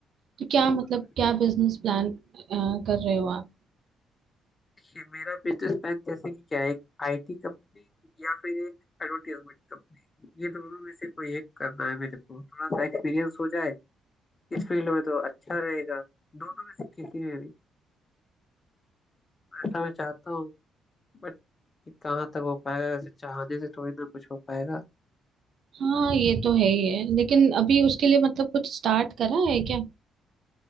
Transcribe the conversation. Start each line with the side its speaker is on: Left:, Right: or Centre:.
Right: तो क्या
Left: हाँ,
Right: मतलब
Left: हाँ।
Right: क्या बिजनेस प्लान कर रहे हो आप
Left: देखिए मेरा बिजनेस प्लान जैसे कि क्या है एक आईटी कंपनी या फिर एक एडवर्टाइजमेंट कंपनी ये दोनों में से कोई एक करना है मेरे को थोड़ा सा एक्सपीरियंस हो जाए इस फील्ड में तो अच्छा रहेगा दोनों में से किसी में भी ऐसा मैं चाहता हूँ बट कि कहाँ तक हो पाएगा वैसे चाहने से थोड़ी ना कुछ हो पाएगा
Right: हाँ ये तो है ही है लेकिन अभी उसके लिए मतलब कुछ स्टार्ट करा है क्या